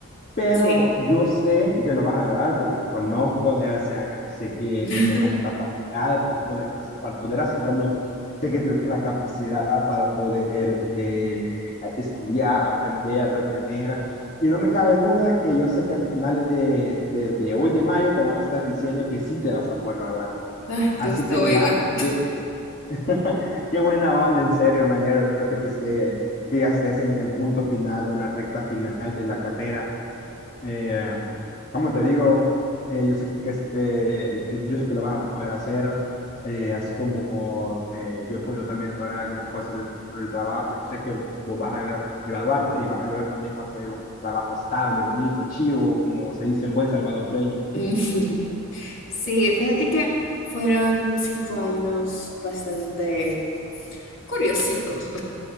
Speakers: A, on the left (about 40°); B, on the left (about 70°).
A: pero
B: sí.
A: yo sé que lo vas a lograr porque te conozco de hace años y sé que
B: <laughs>
A: tenés la capacidad para poder, para poder hacerlo, sé que tenés la capacidad para poder eh, estudiar, aprender, retener. Y no me cabe duda que yo sé que a finales de, de, de hoy de mayo te van a estar diciendo que sí te vas a poder graduar.
B: Ay, Dios
A: Así
B: te
A: que
B: oiga.
A: mira, qué, <laughs> qué buena onda, en serio, me alegro que te esté, que ya estés en el punto final o en la recta final de la carrera eh, como te digo, eh, yo sé que es- eh, yo, yo sé que lo vas a poder hacer, eh, así como eh, yo he podido también lograr algunas cosas dentro del trabajo. Yo sé que vos vas a lograr graduarte y vas a lograr también conseguir un trabajo estable, bonito, chivo, como se dice en buen salvadoreño.
B: Mm, <laughs> Sí, fíjate que fueron cinco años bastante curiositos.